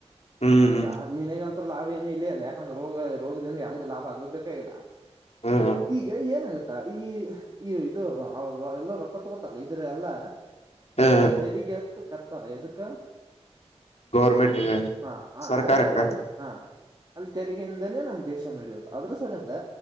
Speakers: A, on the left; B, on the right.
A: ಹ್ಮ್ ಹ್ಮ್
B: ಹ ನಿನಗಂತೂ ಲಾಭ ಏನು ಇಲ್ಲ ಅಲ್ಲ ಯಾಕಂದ್ರೆ ರೋಗ ರೋಗದಿಂದ ಯಮ್ಗು ಲಾಭ ಆಗದ ಬೇಕ ಇಲ್ಲ
A: ಹ್ಮ್
B: ಈಗ ಏನಾಗುತ್ತ ಈ ಇದು ಎಲ್ಲ ರೊಕ್ಕತ್ಗೊತ್ತಲ್ಲ ಇದ್ರ ಎಲ್ಲ
A: ಹ
B: ರಿಗೆ ಕರ್ತಾರೆ ಎದಕ್ಕ
A: ಗೌರ್ಮೆಂಟ್
B: ಹಾ ಹ
A: ಸರ್ಕಾರಕ್ಕ
B: ಅಲ್ಲಿ ಹೋಗೋಣ ಹಾ ಅಲ್ಲಿ ತೆರಿಗೆಯಿಂದಾನೇ ನಮ್ ದೇಶ ನಡಿಯೋದು ಅದ್ರ ಸರಿಯಂದ